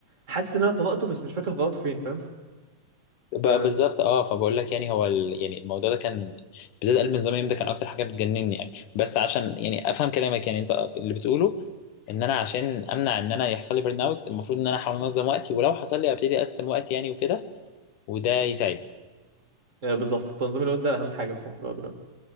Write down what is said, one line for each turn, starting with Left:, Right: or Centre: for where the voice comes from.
Right: حاسس ان انا قراته بس مش فاكر قراته فين فاهم
Left: بقى
Right: ف
Left: بالظبط اه فبقول لك يعني هو ال... يعني الموضوع ده كان بالذات قلب من زمان ده كان اكتر حاجه بتجنني يعني بس عشان يعني افهم كلامك يعني انت اللي بتقوله ان انا عشان امنع ان انا يحصل لي بيرن اوت المفروض ان انا احاول انظم وقتي ولو حصل لي ابتدي اقسم وقتي يعني وكده وده يساعدني
Right: آه، بالظبط تنظيم الوقت ده اهم حاجه بصراحه لو دلوقتي